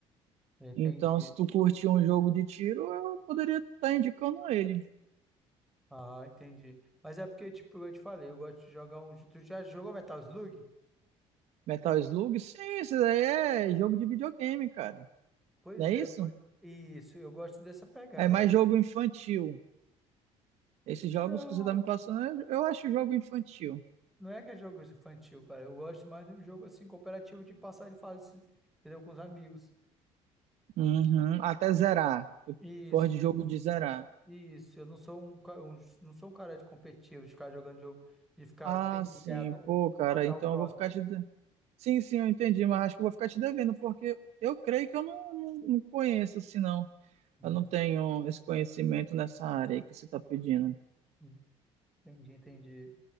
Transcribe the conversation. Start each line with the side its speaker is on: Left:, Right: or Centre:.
Centre: Entendi.
Right: Então, se tu curte um jogo de tiro, eu poderia estar indicando ele.
Centre: Ah, entendi. Mas é porque, tipo, eu te falei, eu gosto de jogar um. Tu já jogou Metal Slug?
Right: Metal Slug? Sim, isso daí é jogo de videogame, cara.
Centre: Pois
Right: Não é
Centre: é,
Right: isso?
Centre: eu gosto- isso, eu gosto dessa pegada,
Right: É mais
Centre: cara.
Right: jogo infantil. Esses jogos
Centre: Não,
Right: que você tá me passando, eu acho jogo infantil.
Centre: não é que é jogo infantil, cara. Eu gosto mais de um jogo assim, cooperativo de passar de fase, entendeu? Com os amigos.
Right: Uhum, Até zerar. Eu
Centre: Isso,
Right: gosto de jogo de zerar.
Centre: Isso, eu não sou um, ca- um- não sou um cara de competitivo, de ficar jogando jogo, de ficar
Right: Ah,
Centre: tendo
Right: sim.
Centre: que ganhar do,
Right: Pô, cara,
Centre: matar
Right: então
Centre: o próximo.
Right: eu vou ficar te. de- Sim, sim, eu entendi, mas acho que eu vou ficar te devendo, porque eu creio que eu não, não, não conheço, assim, não.
Centre: Uhum,
Right: Eu não tenho esse conhecimento nessa área aí que você tá pedindo.
Centre: uhum. Entendi, entendi.